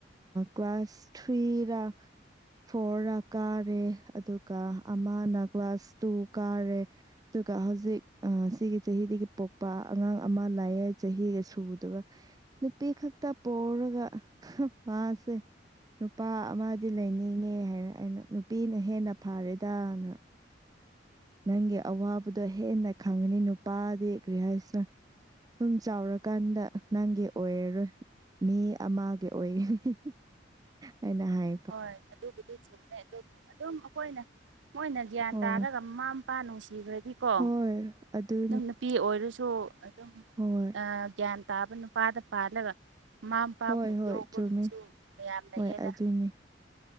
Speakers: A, on the right; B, on the right.
A: ꯀ꯭ꯂꯥꯁ ꯊ꯭ꯔꯤꯔꯥ ꯐꯣꯔ ꯀꯥꯔꯦ ꯑꯗꯨꯒ ꯑꯃꯅ ꯀ꯭ꯂꯥꯁ ꯇꯨ ꯀꯥꯔꯦ ꯑꯗꯨꯒ ꯍꯧꯖꯤꯛ ꯁꯤꯒꯤ ꯆꯍꯤꯗꯒꯤ ꯄꯣꯛꯄ ꯑꯉꯥꯡ ꯑꯃ ꯂꯥꯛꯑꯦ ꯆꯍꯤꯒ ꯁꯨꯗꯕ ꯅꯨꯄꯤ ꯈꯛꯇ ꯄꯧꯔꯒ ꯃꯥꯁꯦ ꯅꯨꯄꯥ ꯑꯃ ꯗꯤ ꯂꯩꯅꯤꯡꯉꯦ ꯍꯥꯏꯔ ꯑꯩꯅ ꯅꯨꯄꯤꯅ ꯍꯦꯟꯅ ꯐꯔꯦꯗꯅ ꯅꯪꯒꯤ ꯑꯋꯥꯕꯗꯣ ꯍꯦꯟꯅ ꯈꯪꯉꯅꯤ ꯅꯨꯄꯥꯗꯤ ꯒ꯭ꯔꯤ ꯍꯥꯏꯁꯤꯔ ꯑꯗꯨꯝ ꯆꯥꯎꯔꯀꯥꯟꯗ ꯅꯪꯒꯤ ꯑꯣꯏꯔꯔꯣꯏ ꯃꯤ ꯑꯃꯒꯤ ꯑꯣꯏꯒꯅꯤ ꯑꯩꯅ ꯍꯥꯏ
B: ꯍꯣꯏ ꯑꯗꯨꯕꯨꯗꯤ ꯆꯨꯝꯃꯦ ꯑꯗꯨꯕꯨ ꯑꯗꯨꯝ ꯑꯩꯈꯣꯏꯅ ꯃꯣꯏꯅ ꯒ꯭ꯌꯥꯟ
A: ꯍꯣꯏ
B: ꯇꯥꯔꯒ ꯃꯃꯥ ꯃꯄꯥ ꯅꯨꯡꯁꯤꯈ꯭ꯔꯗꯤꯀꯣ
A: ꯍꯣꯏ ꯑꯗꯨ
B: ꯅꯪ ꯅꯨꯄꯤ ꯑꯣꯏꯔꯁꯨ ꯑꯗꯨꯝ
A: ꯍꯣꯏ
B: ꯒ꯭ꯌꯥꯟ ꯇꯥꯕ ꯅꯨꯄꯥꯗ ꯄꯥꯜꯂꯒ ꯃꯃꯥ ꯃꯄꯥꯕꯨ
A: ꯍꯣꯏ ꯍꯣꯏ
B: ꯌꯣꯛꯕ
A: ꯆꯨꯝꯃꯤ
B: ꯃꯤꯁꯨ ꯃꯌꯥꯝ ꯂꯩꯌꯦꯗ
A: ꯍꯣꯏ ꯑꯗꯨꯅꯤ